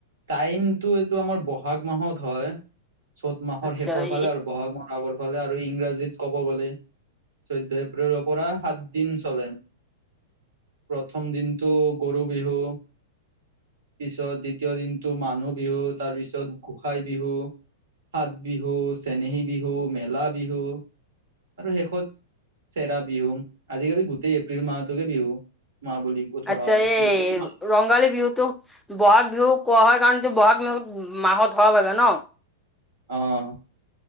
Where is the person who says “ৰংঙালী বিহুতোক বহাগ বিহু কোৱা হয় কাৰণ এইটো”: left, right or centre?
Centre